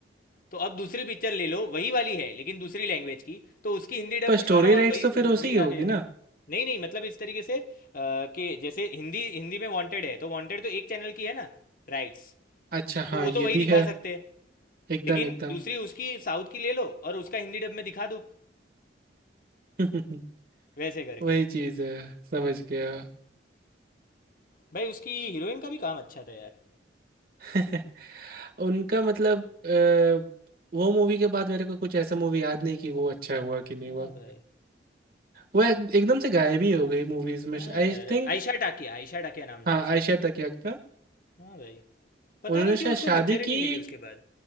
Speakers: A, on the left; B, on the right.
A: तो अब दूसरी पिक्चर ले लो वही वाली है लेकिन दूसरी लैंग्वेज की तो उसकी हिंदी डब
B: पर स्टोरी
A: करवा लो और
B: राइट्स
A: वही
B: तो
A: वही
B: फिर उसी की
A: आ
B: होगी
A: गया
B: ना
A: नहीं नहीं मतलब इस तरीके से अ, कि जैसे हिंदी हिंदी में वांटेड है तो वांटेड तो एक चैनल की है ना राइट्स
B: अच्छा हाँ
A: तो वो
B: ये
A: तो वही
B: भी
A: दिखा
B: है
A: सकते हैं
B: एकदम
A: लेकिन
B: एकदम
A: दूसरी उसकी साउथ की ले लो और उसका हिंदी डब में दिखा दो
B: <laughs>
A: वैसे करके
B: वही चीज है समझ गया
A: भाई उसकी हीरोइन का भी काम अच्छा था यार
B: <laughs> उनका मतलब अ, वो मूवी के बाद मेरे को कुछ ऐसा मूवी याद नहीं कि वो अच्छा हुआ कि नहीं
A: हाँ
B: हुआ
A: भाई
B: वो एक, एकदम से गायब ही हो गई मूवीज में
A: हाँ
B: आई
A: यार
B: थिंक
A: आयशा टाकिया आयशा टाकिया नाम
B: हाँ
A: था उसका
B: आयशा तकिया का
A: हाँ भाई पता
B: उन्होंने
A: नहीं
B: शायद
A: क्यों उसको
B: शादी
A: पिक्चर ही नहीं
B: की
A: मिली उसके बाद